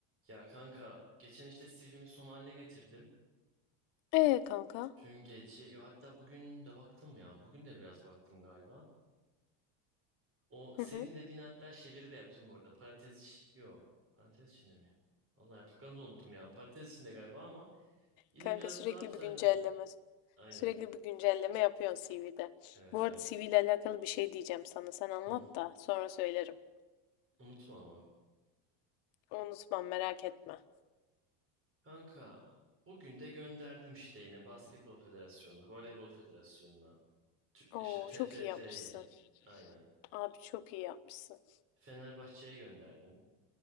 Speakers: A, on the right; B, on the left.
A: Ya kanka geçen işte CV'mi son haline getirdim.
B: Ee kanka.
A: Dün gece yo hatta bugün de baktım ya. Bugün de biraz baktım galiba. O senin
B: Hı hı.
A: dediğin hatta şeyleri de yaptım bu arada. Parantez iç yo parantez içinde mi? Vallahi yaptıklarımı da unuttum ya. Parantez içinde galiba ama yine
B: Kanka
A: biraz
B: sürekli
A: daha düzenledim.
B: bir güncelleme.
A: Aynen.
B: Sürekli bir güncelleme yapıyorsun CV'de.
A: Evet
B: Bu
A: evet.
B: arada CV ile alakalı bir şey diyeceğim sana. Sen anlat
A: Hı,
B: da sonra söylerim.
A: unutma ama.
B: Unutmam merak etme.
A: Kanka bugün de gönderdim işte yine Basketbol Federasyonu'na, Voleybol Federasyonu'na, Türk-
B: Oo
A: işte TFF'ye.
B: çok iyi yapmışsın.
A: Aynen.
B: Abi çok iyi yapmışsın.
A: Fenerbahçe'ye gönderdim.